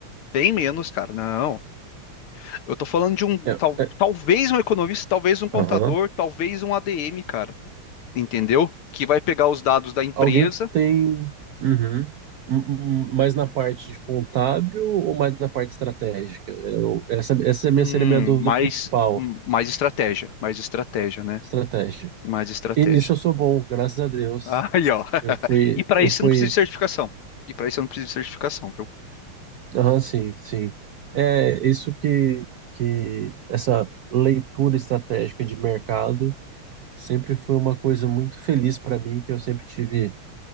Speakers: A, on the left; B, on the right.
A: Bem menos, cara. Não. Eu tô falando de um.
B: É,
A: tal-
B: é,
A: talvez um economista, talvez um contador,
B: aham.
A: talvez um ADM, cara. Entendeu? Que vai pegar os dados da empresa.
B: Alguém que tem. Uhum. M- m- Mais na parte de contábil ou mais na parte estratégica? Eu- essa essa é
A: Hum,
B: minha- seria a minha dúvida
A: mais,
B: principal,
A: hum, mais estratégia, mais estratégia, né?
B: estratégia.
A: Mais estratégia.
B: E nisso eu sou bom, graças a Deus.
A: Aí, ó. <laughs>
B: Eu fui,
A: E para
B: eu
A: isso
B: fui,
A: eu não preciso de certificação. E para isso eu não preciso de certificação, viu?
B: aham, sim, sim. É isso que, que essa leitura estratégica de mercado sempre foi uma coisa muito feliz para mim, que eu sempre tive